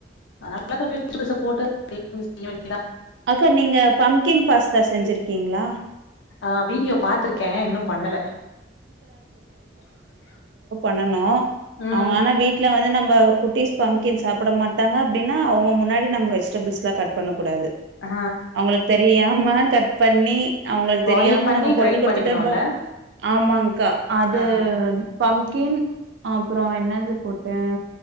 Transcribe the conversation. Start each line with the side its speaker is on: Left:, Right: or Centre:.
Left: அதனாலாம் கொஞ்ச போட்டு அப்டி இப்படி செய்யனும்
Right: அக்கா நீங்க பம்கின் பாஸ்தா செஞ்சிருக்கீங்களா
Left: ஆஹ வீடியோ பாத்துருக்கேன் இன்னும் பண்ணல
Right: பண்ணணும்
Left: ம்.
Right: அவுங்க ஆனா வீட்டுல வந்து நம்ம ந குட்டீஸ் பம்கின் சாப்பிட மாட்டாங்க அப்படின்னா அவங்க முன்னாடி நம்ம வெஜிடபிள்ஸ் லாம் கட் பண்ண கூடாது
Left: ஆ
Right: அவங்களுக்கு தெரியமா கட் பண்ணி அவங்களுக்கு
Left: பாயில்
Right: தெரியாம
Left: பண்ணி
Right: நம்ம போட்டு
Left: கிரைண்ட்
Right: கொடுத்துட்டம்
Left: பண்ணிக்கணும்ல?
Right: ஆமாங்கா அது
Left: ஆ.
Right: பம்கின் அப்புறம் என்னது போட்டேன்